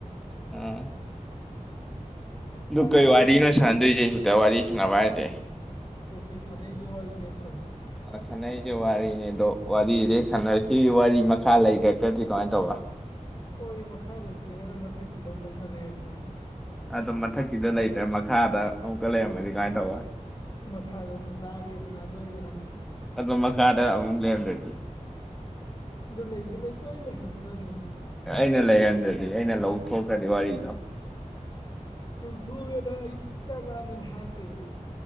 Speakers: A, in the centre; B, on the left (about 30°).
A: ꯎꯝ ꯑꯗꯨ
B: ꯆꯥꯛ
A: ꯀꯣꯏ
B: ꯂꯥꯝꯗ꯭ꯔꯤꯕꯣ
A: ꯋꯥꯔꯤꯅꯣ ꯁꯥꯟꯗꯣꯏꯁꯦ ꯁꯤꯗ ꯋꯥꯔꯤꯁꯤꯅꯕꯥꯔꯖꯦ
B: ꯑꯗꯣ ꯁꯤ ꯁꯥꯟꯅꯩꯁꯦ ꯋꯥꯔꯤ ꯅꯠꯇꯕ
A: ꯑ ꯁꯥꯟꯅꯔꯤꯁꯦ ꯋꯥꯔꯤꯅꯦ ꯑꯗꯣ ꯋꯥꯔꯤꯁꯦ ꯁꯥꯟꯅꯩꯤꯁꯤ ꯋꯥꯔꯤ ꯃꯈꯥ ꯂꯩꯔꯛꯇ꯭ꯔꯘꯤ ꯀꯃꯥꯏꯅ ꯇꯧꯕ
B: ꯋꯥꯔꯤ ꯃꯈꯥ ꯂꯩꯇ꯭ꯔꯒꯅ ꯃꯊꯛꯀꯤꯗꯣ ꯑꯃꯨꯛ ꯁꯥꯟꯅꯔꯦꯗꯅ
A: ꯑꯣ ꯃꯊꯛꯀꯤꯗꯣ ꯂꯩꯇ꯭ꯔꯦ ꯃꯈꯥꯗ ꯑꯃꯨꯛꯀ ꯂꯩꯔꯝꯃꯗꯤ ꯀꯃꯥꯏꯅ ꯇꯧꯕ
B: ꯃꯈꯥꯗꯣ ꯑꯃꯨꯛ ꯇꯥꯔꯤꯗꯅ ꯑꯗꯨ ꯑꯣꯏꯔꯒꯅ
A: ꯑꯗꯨ ꯃꯈꯥꯗ ꯑꯃꯨꯛ ꯂꯩꯔꯝꯗ꯭ꯔꯘꯤ
B: ꯑꯗꯨ ꯂꯩꯗꯤꯦ ꯂꯩ ꯁꯣꯣꯏ ꯂꯦꯂꯗꯝꯅꯤ
A: ꯑꯩꯅ ꯂꯩꯍꯟꯗ꯭ꯔꯗꯤ ꯑꯩꯅ ꯂꯧꯊꯣꯛꯇ꯭ꯔꯗꯤ ꯋꯥꯔꯤꯗꯣ
B: ꯊꯒꯦꯗ ꯏ ꯆꯒꯂ ꯃꯟ ꯍꯥꯥꯛꯇꯕ